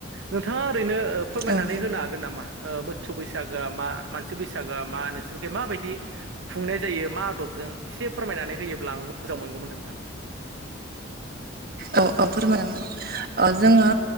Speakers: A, on the right; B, on the right.
A: नोंथांङा ओरैनो फोरमायनानै
B: औ
A: होनो हागोन नामा ओ मोसौ बैसागोआ मा मानसि बैसागो मा नोंसोरनिखै मा बायदि खुंनाय जायो मा आदबजों एसे फोरमायनानै होयोब्ला आं मोजां मोनगौमोन नोंथां।
B: औ औ फोरमायानांगोन जोंङो